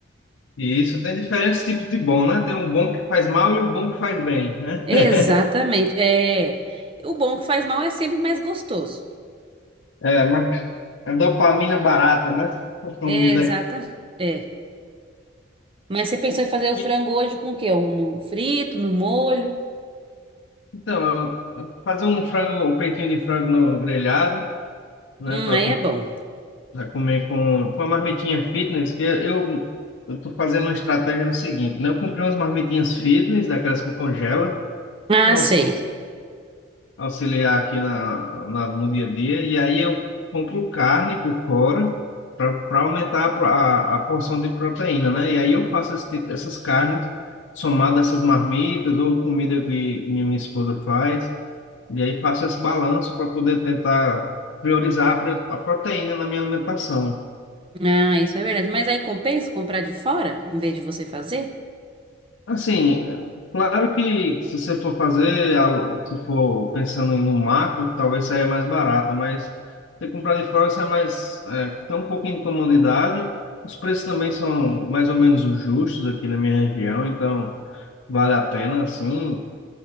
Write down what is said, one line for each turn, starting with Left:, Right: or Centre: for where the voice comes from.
Left: e isso tem diferentes tipos de bom, né? Tem o bom que faz mal e o bom que faz bem, né?
Right: Exatamente.
Left: <laughs>
Right: É, o bom que faz mal é sempre mais gostoso.
Left: É, mas é dopamina barata, né? <laughs> Como
Right: É,
Left: diz
Right: exata. É. Mas você pensou em fazer o frango
Left: aí.
Right: hoje com o quê? Um No frito, no molho?
Left: Então, eu- eu fazer um frango, um peitinho de frango no grelhado, né,
Right: Hum,
Left: para
Right: aí é bom.
Left: comer com, com uma marmitinha fitness, que eu eu tô fazendo uma estratégia do seguinte, né? Eu comprei umas marmitinhas fitness, daquelas que congela,
Right: Ah,
Left: para
Right: sei.
Left: auxiliar aqui na, na- no dia a dia, e aí eu compro carne por fora para aumentar a, pro- a, a porção de proteína, né? E aí eu faço esse tipo- essas carnes somadas a essas marmitas ou comida que minha, minha esposa faz. E aí faço esse balanço para poder tentar priorizar a pre- a proteína na minha alimentação.
Right: Ah, isso é verdade. Mas aí compensa comprar de fora, em vez de você fazer?
Left: Assim, é, claro que se você for fazer, algo- se for pensando em no macro, talvez saia mais barato, mas se comprar de fora, sai mais, é, tem um pouquinho de comodidade. Os preços também são mais ou menos os justos aqui na minha região, então vale a pena, assim.